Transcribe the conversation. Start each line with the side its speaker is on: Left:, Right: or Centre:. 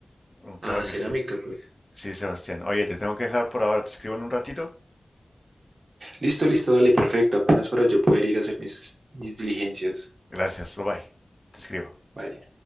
Left: Mm, Claro
Right: a
Left: que
Right: cerámica,
Left: sí.
Right: pues.
Left: Sí, Sebastián. Oye, te tengo que dejar por ahora. Te escribo en un ratito.
Right: listo, listo. Dale, perfecto. Apenas para yo poder ir a hacer mis, mis diligencias.
Left: Gracias, bye bye. Te escribo.
Right: Vale.